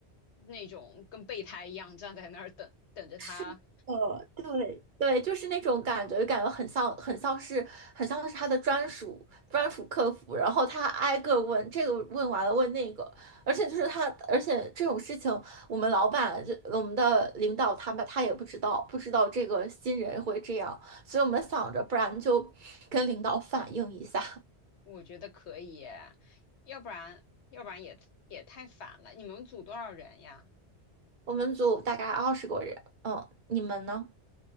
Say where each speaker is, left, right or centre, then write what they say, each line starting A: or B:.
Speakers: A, on the left; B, on the right.
A: 那种跟备胎一样站在那儿等等着他？
B: 是的，对对，就是那种感觉，感觉很像，很像是，很像是他的专属专属客服，然后他挨个问这个，问完了问那个，而且就是他，而且这种事情，我们老板就我们的领导他们他也不知道，不知道这个新人会这样，所以我们想着，不然就跟领导反映一下。
A: 我觉得可以耶，要不然要不然也也太烦了。你们组多少人呀？
B: 我们组大概二十个人，嗯，你们呢？